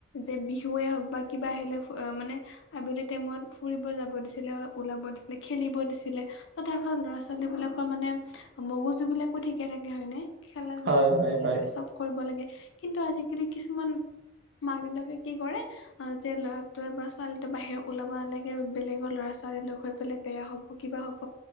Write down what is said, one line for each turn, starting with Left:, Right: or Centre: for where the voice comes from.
Left: যে বিহুৱে হওক বা কিবা আহিলে ফ মানে আবেলি টাইমত ফুৰিব যাব দিছিলে, ওলাব দিছিলে, খেলিব দিছিলে। বা তাফত ল'ৰা ছোৱালী বিলাকৰ মানে মগজু বিলাক সঠিকে থাকে হয়নে খেলা ধূলা
Right: হয়
Left: কৰিব
Right: হয় হয়।
Left: লাগে চব কৰিব লাগে কিন্তু আজিকালি কিছুমান মাক দেউতাকে কি কৰে অ যে ল'ৰাটোৱে বা ছোৱালীটোৱে বাহিৰ ওলাব নালাগে, বেলেগৰ ল'ৰা-ছোৱালী লগ হৈ পেলাই বেয়া হ'ব। কিবা হ'ব